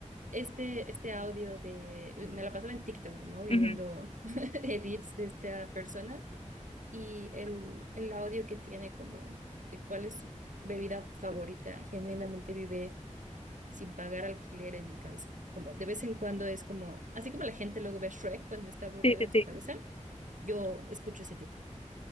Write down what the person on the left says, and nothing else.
ujú,
Sí, sí,
sí.